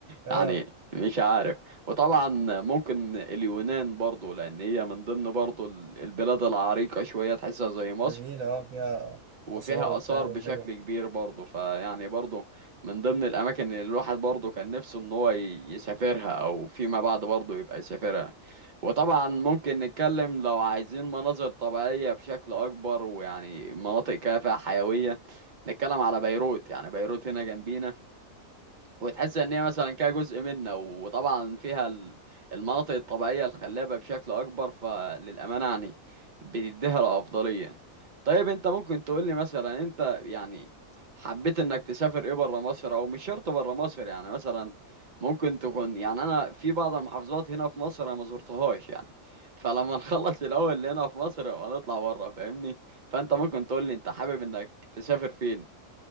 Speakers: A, on the right (about 75°); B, on the right (about 45°).
A: اه
B: يعني مش عارف وطبعا ممكن اليونان برضو لان هي من ضمن برضو ال- البلاد العريقة شوية تحسها زي مصر
A: جميلة اه فيها
B: وفيها
A: آثار وبتاع
B: آثار
A: وحلوة
B: بشكل كبير برضه فيعني برضه من ضمن الأماكن اللي الواحد برضه كان نفسه إن هو ي- يسافرها أو فيما بعد برضه يبقى يسافرها وطبعا ممكن نتكلم لو عايزين مناظر طبيعية بشكل أكبر ويعني مناطق كافة حيوية نتكلم على بيروت يعني بيروت هنا جنبينا وتحس ان هي مثلا كده جزء منا وطبعا فيها ال- المناطق الطبيعيه الخلابه بشكل اكبر فللامانه يعني بتديها الافضليه طيب انت ممكن تقول لي مثلا انت يعني حبيت انك تسافر ايه بره مصر او مش شرط بره مصر يعني مثلا ممكن تكون يعني انا في بعض المحافظات هنا في مصر انا ما زرتهاش يعني فلما نخلص الاول اللي هنا في مصر يبقى نطلع بره فاهمني فانت ممكن تقول لي انت حابب انك تسافر فين